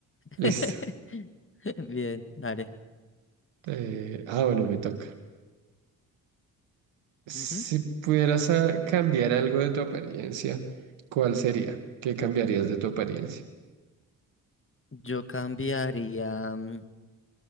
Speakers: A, on the left; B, on the right.
A: <laughs>
B: listo.
A: Bien, dale.
B: Eh, ah, bueno, me toca. Si
A: Ujú.
B: pudieras ah, cambiar algo de tu apariencia, ¿cuál sería? ¿Qué cambiarías de tu apariencia?
A: Yo cambiaría, mm,